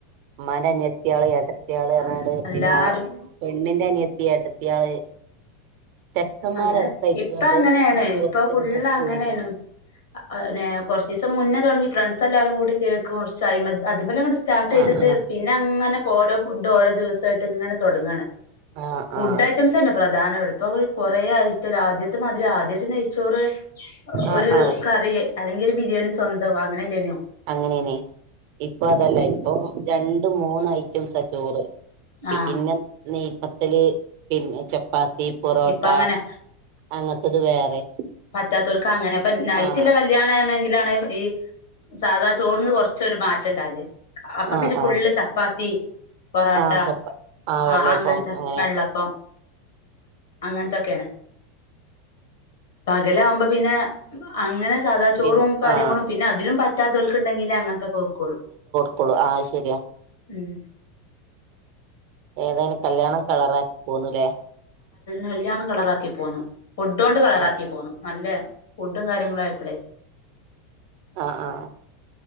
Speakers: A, on the right; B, on the left.
A: ഉമ്മാന്റെ അനിയത്തിയാള് എടത്തിയാള് എന്നത്.
B: അല്ല, എല്ലാരും
A: പിന്നെ പെണ്ണിന്റെ അനിയത്തി ഏട്ടത്തിയാള്.. ചെക്കന്മാരടക്കം
B: അങ്ങനെ
A: അയിക്ക്ങ്ങട്ട്
B: ഇപ്പ അങ്ങനെയാണ് ഇപ്പൊ
A: ഒത്തൊരു
B: ഫുള്
A: ഡ്രസ്സ്
B: അങ്ങനെയാണ്.
A: വരാ
B: അന്നെ കുറചീസം മുന്നേ തുടങ്ങി ഫ്രണ്ട്സ് എല്ലാവാരും കൂടി കേൾക്കും കുറച്ച് അതമെലെല്ലാം. ക സ്റ്റാർട്ട് ചെയ്തിട്ട്
A: ആഹ്
B: പിന്നെ അങ്ങനെ ഓരോ ഫുഡ് ഓരോ ദിവസമായിട്ട് ഇങ്ങനെ തുടങ്ങയാണ്..
A: ആഹ്
B: ഫുഡ്
A: ആഹ്
B: ഐറ്റംസ് തന്നെ പ്രധാന ഇ ഇപ്പ. കൊറേ ആയിട്ട ആദ്യത്തെ മാതിരി ആദ്യട്ട് നെയ്ച്ചോറ്.
A: ആഹ്
B: ഒരു
A: ആഹ് ആഹ്
B: കറി അല്ലെങ്കിൽ ഒരു ബിരിയാണി സ്വന്തം അങ്ങനെല്ലേനോ.
A: അങ്ങനേനെ ഇപ്പൊ അതല്ല ഇപ്പൊ രണ്ട് മൂന്ന് ഐറ്റംസാ ചോറ്. പിന്നെ
B: ആഹ്
A: നെയപ്പത്തല് പിന്നെ ചപ്പാത്തി. പൊറോട്ട
B: ഇപ്പ അങ്ങനെ
A: അങ്ങനത്തത് വേറെ.
B: പറ്റാത്തവർക്ക് അങ്ങനെ അപ്പ നൈറ്റില
A: ആഹ്
B: കല്യാണംണെങ്കിലാണ് ഈ.. സാധാ ചോറിന്ന് കൊറച്ചര് മാറ്റം ഉണ്ടല്ലേ അപ്പൊ
A: ആഹ്
B: പിന്നെ ഫുള്ള്
A: ആഹ്
B: ചപ്പാത്തി പൊറോട്ട
A: ആഹ് ചപ്പ ആഹ്
B: ആ
A: വെള്ളയപ്പം
B: അങ്ങനത്തെ
A: അങ്ങനെ
B: വെള്ളപ്പം. അങ്ങനത്തൊക്കെയാണ്. പകലാകുമ്പോ പിന്നെ. അങ്ങനെ സാദാ ചോറും
A: പിൻ
B: കാര്യങ്ങളും
A: ആഹ്
B: പിന്നെ അതിലും പറ്റാത്തവർക്ക് ഉണ്ടെങ്കിലേ അങ്ങനത്തൊക്കെ വെക്കുള്ളൂ.
A: ക്കളു ആഹ ശരിയാ.
B: ഉം
A: ഏതേനും കല്യാണം കളറാക്കി പോന്നുലെ.
B: നല്യാണം കളറാക്കി പോന്നു ഫുഡൊണ്ട് കളറാക്കി
A: ആ
B: പോന്നു നല്ല ഫുഡും കാര്യങ്ങളും ആയപ്പോഴേ.
A: ആഹ ആഹ.